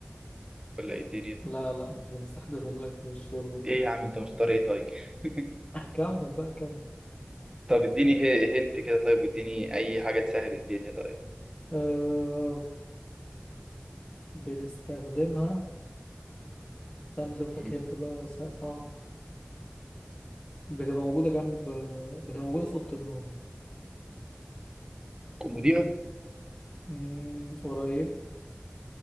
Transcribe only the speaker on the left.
لا لا مش بنستخدمها الا في الشرب
<laughs> كمل بقى كمل
أه بنستخدمها استنى اشوف
لك هنت بقى س- صعب بتبقى موجودة جنب بتبقى موجودة في أوضة النوم
مم، قريب